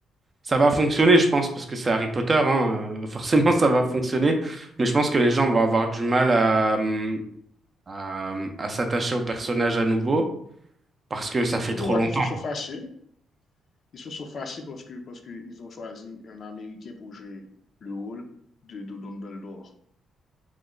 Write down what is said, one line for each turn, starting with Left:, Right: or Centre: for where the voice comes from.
Right: ça va fonctionner, je pense, parce que c'est Harry Potter, hein, euh, <laughs> forcément, ça
Left: Mm
Right: va fonctionner.
Left: -hmm.
Right: Mais je pense que les gens vont avoir du mal à, hum, à, hum, à s'attacher aux personnages à nouveau, parce que ça fait
Left: Je
Right: trop
Left: vois
Right: longtemps.
Left: qu'ils se sont fâchés. Ils se sont fâchés parce que parce qu'ils ont choisi un Américain pour jouer le rôle de, de Dumbledore.